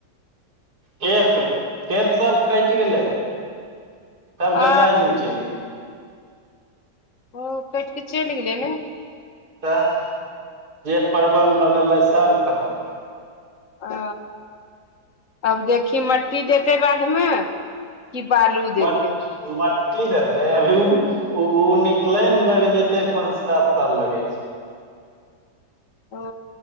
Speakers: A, on the right (about 60°); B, on the left (about 50°).
A: खेत खेत सब कटि गेलै तब
B: आ
A: गंगाजी मे चलि गेलै
B: ओ कट के चलि गेलै ने
A: तऽ जे परवल लगल रहै सब खतम
B: ओ आब देखी मट्टी देतै बाद मे कि बालू देतै
A: मट मट्टी देतै अभी ओ निकलैमे लाग जेतै पाँच सात लगै छै
B: ओ